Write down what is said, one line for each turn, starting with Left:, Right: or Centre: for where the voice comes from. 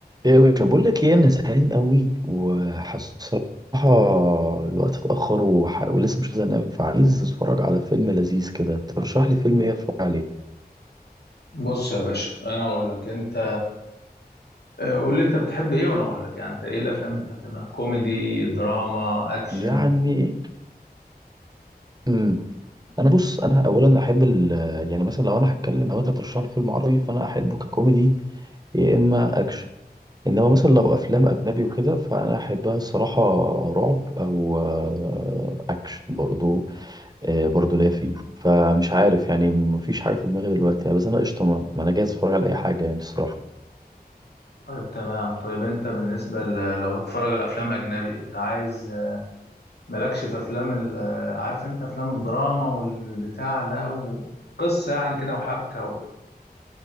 Right: ايه مش بقول لك ايه انا زهقان قوي وحاسس الصراحه الوقت اتاخر وح... ولسه مش عايز انام فعايز اتفرج على فيلم لذيذ كده ترشح لي فيلم ايه اتفرج عليه
Left: بص يا باشا انا اقول لك انت آه، قول لي انت بتحب ايه وانا اقول لك يعني انت ايه الافلام اللي انت بتحبها كوميدي دراما اكشن
Right: يعني امم انا بص انا اولا احب ال... يعني مثلا لو انا هتكلم لو انت ترشح لي فيلم عربي فانا احبه ككوميدي يا اما اكشن انما مثلا لو افلام اجنبي وكده فانا احبها الصراحه رعب او آه، اكشن برضو آه، برضه ليا فيه فمش عارف يعني مفيش حاجه في دماغي دلوقتي يعني بس انا قشطه ما ما انا جاهز اتفرج على اي حاجه يعني الصراحه
Left: طيب تمام طيب انت بالنسبه ل- لو هتتفرج على افلام اجنبي انت عايز آه، مالكش في افلام ال- آه، عارف انت افلام الدراما والبتاع ده وقصه يعني كده وحبكه و...